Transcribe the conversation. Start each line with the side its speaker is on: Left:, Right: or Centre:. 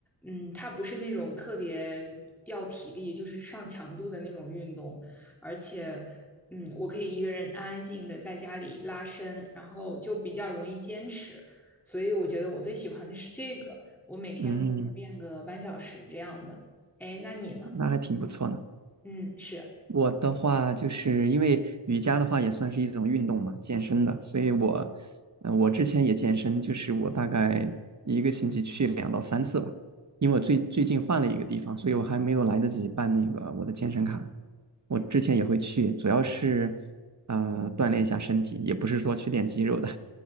Centre: 嗯，它不是那种特别要体力，就是上强度的那种运动，而且，嗯，我可以一个人安安静静的在家里拉伸，然后就比较容易坚持。所以我觉得我最喜欢的是这个，我每天可能练个半小时这样的。
Right: 嗯，
Centre: 哎，那你呢？
Right: 那还挺不错呢。
Centre: 嗯，是。
Right: 我的话，就是因为瑜伽的话也算是一种运动嘛，健身的，所以我，呃，我之前也健身，就是我大概一个星期去两到三次吧，因为我最最近换了一个地方，所以我还没有来得及办那个我的健身卡。我之前也会去，主要是，呃，锻炼一下身体，也不是说去练肌肉的，